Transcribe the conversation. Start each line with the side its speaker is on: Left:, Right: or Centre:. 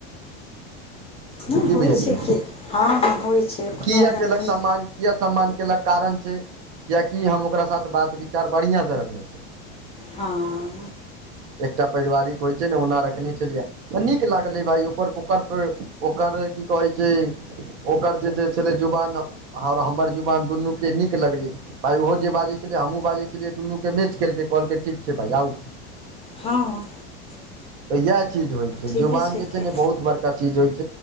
Left: नहि होइ
Right: की बुझलियै
Left: छै कि हँ हँ होइ छै एखनो
Right: किया
Left: एहन
Right: केलक
Left: एहन।
Right: सम्मान किया सम्मान केलक कारण छै कियकि हम ओकरा साथ बात विचार बढ़िया से रखने छी।
Left: हँ
Right: एकटा पारिवारिक होइत छै ने ओना रखने छलियै तऽ नीक लागलै भााय ओकर ओकर। ओकर की कहैत छै ओकर जे जे छलै जुवान आओर हमर जुबान दुनूके नीक लगलै। भाइ ओहो जे बाजै छलै हमहूँ बाजै छलियै दुनूके मैच खेलकै कहलकै ठीक छै भाइ आउ।
Left: हँ ह
Right: तऽ इएह चीज होइ छै
Left: ठीके
Right: जुवान जे छै
Left: कि
Right: ने बहुत बड़का चीज होइ छै।